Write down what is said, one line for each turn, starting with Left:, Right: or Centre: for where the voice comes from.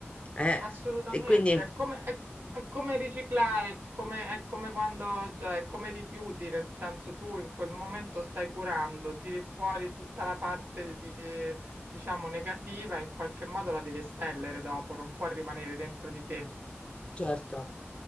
Left: Eh,
Right: Assolutamente,
Left: e quindi
Right: è come, è- è come riciclare, è come, è come quando, cioè, è come rifiuti, nel senso tu in quel momento stai curando, tiri fuori tutta la parte, di- diciamo, negativa, in qualche modo la devi espellere dopo, non può rimanere dentro di te.
Left: Certo,